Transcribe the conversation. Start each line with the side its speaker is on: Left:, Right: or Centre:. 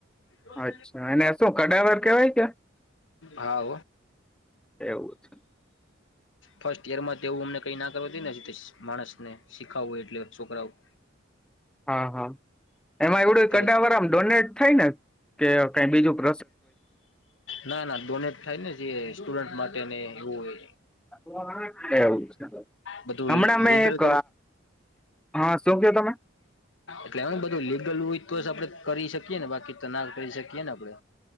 Left: દોસ્.
Centre: અચ્છા એને શું કડાવર કેવાય કે
Left: હા
Centre: એવું
Left: ફર્સ્ટ ઈયર માં તેવું અમને કઈ ના કર. માણસને શીખાવવું એટલે છોકરાવું
Centre: હા હા એમાં એવડું
Left: થોડું
Centre: કઢાવરામ ડોનેટ થાય ને કે કઈ બીજું ર
Left: ના ના ડોનેટ થાય ને જે સ્ટુડન્ટ માટે ને એવું હોય
Centre: હોયવું
Left: બધું
Centre: હમણાં મેં
Left: લીગલ
Centre: એક
Left: કરું
Centre: હા શું ક તમે
Left: એટલે એ બધું લીગલ હોય તો આપડે કરી શકીએ ને બાકી ત તો ના કરી શકીએ ને આપડે